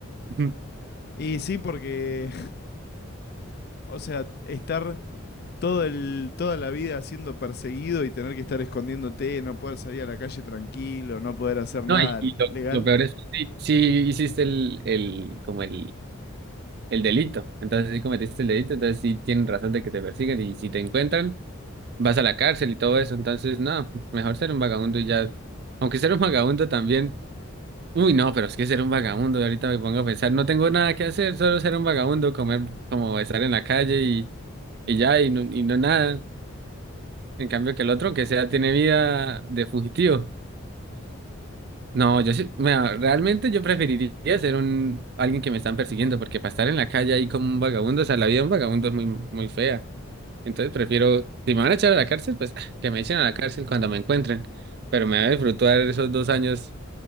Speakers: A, on the right; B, on the left.
A: <laughs>
B: Y sí, porque, <laughs> o sea, estar todo el, toda la vida siendo perseguido y tener que estar escondiéndote, no poder salir a la calle tranquilo, no poder hacer
A: No,
B: nada
A: y, y lo,
B: legal.
A: lo peor es que sí, sí hiciste el, el, como el, el delito. Entonces sí cometiste el delito, entonces sí tienen razón de que te persigan y si te encuentran, vas a la cárcel y todo eso. Entonces, no, mejor ser un vagabundo y ya. Aunque ser un vagabundo también. Uy, no, pero es que ser un vagabundo, ahorita me pongo a pensar, no tengo nada que hacer, solo ser un vagabundo, comer como estar en la calle y ya, y no, y no nada. En cambio que el otro, que sea, tiene vida de fugitivo. No, yo sí, mira, realmente yo preferiría ser un alguien que me están persiguiendo, porque para estar en la calle ahí como un vagabundo, o sea, la vida de un vagabundo es muy, muy fea. Entonces prefiero, si me van a echar a la cárcel, pues ah, que me echen a la cárcel cuando me encuentren. Pero me voy a disfrutar esos dos años